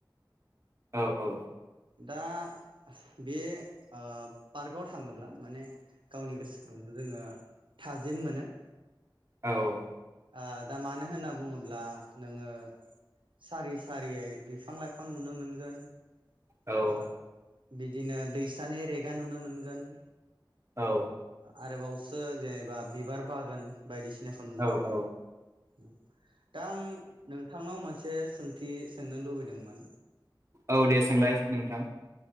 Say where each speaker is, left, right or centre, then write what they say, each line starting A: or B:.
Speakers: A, on the right; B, on the right.
A: औ औ
B: दा बे ओ पार्कआव थाङोब्ला माने गावनि गोसोखौ जोङो थाजिम मोनो
A: औ
B: ओ दा मानो होनना बुङोब्ला नोङो सारि सारियै बिफां लाइ बिफां नुनो मोनगोन
A: औ
B: ओ बिदिनो दैसानि रेगा नुनो मोनगोन
A: औ
B: आरोबावसो जेनेबा बिबार बागान बायदिसिनाखौ नुनो
A: औ
B: मोनगोन दा आं नोंथांनाव मोनसे एसे सोंथि सोंनो लुबैदोंमोन
A: औ दे सोंलाय नोंथां